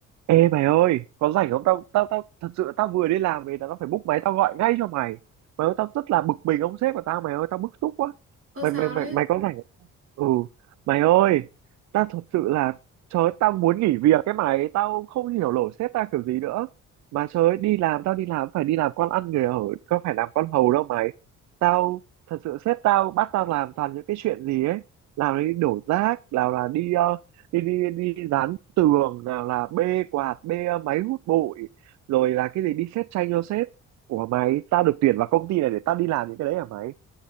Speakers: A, on the right; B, on the right.
A: Ê mày ơi, có rảnh không tao tao tao thật sự là tao vừa đi làm về tao phải búc máy tao gọi ngay cho mày. Mày ơi tao rất là bực mình ông sếp của tao mày ơi, tao bức xúc quá.
B: Ơ
A: Mày
B: sao
A: mày mày
B: đấy?
A: mày có rảnh không? Ừ, mày ơi, tao thật sự là trời ơi, tao muốn nghỉ việc cái mày, tao không hiểu nổi sếp tao kiểu gì nữa. Mà trời ơi, đi làm tao đi làm phải đi làm con ăn người ở, có phải làm con hầu đâu mày. Tao thật sự sếp tao bắt tao làm toàn những cái chuyện gì ấy, làm đi đổ rác, nào là đi ờ, đi đi đi dán tường nào là bê quạt bê ờ, máy hút bụi rồi là cái gì đi xét tranh cho sếp ủa mày tao được tuyển vào công ty này để tao đi làm những cái đấy hả mày